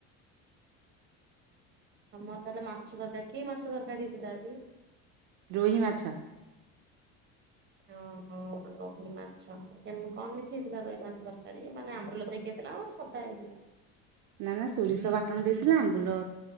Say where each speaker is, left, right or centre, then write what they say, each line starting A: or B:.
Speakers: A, on the right (about 30°); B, on the right (about 65°).
A: ତମର ତାହେଲେ ମାଛ ତରକାରୀ କି ମାଛ ତରକାରି ହେଇଥିଲା ଆଜି।
B: ରୋହି ମାଛ।
A: ଓହୋ ରୋହି ମାଛ କେମିତି କଣ ହେଇଥିଲା ରୋହି ମାଛ ତରକାରି ମାନେ ଆମ୍ବୁଲ ଦେଇିକି ହେଇଥିଲା। ଖଟା ହେଇଥିଲା।
B: ନା ନା ସୋରିଷ ବାଟଣ ଦେଇଥିଲୁ ଆମ୍ବୁଲ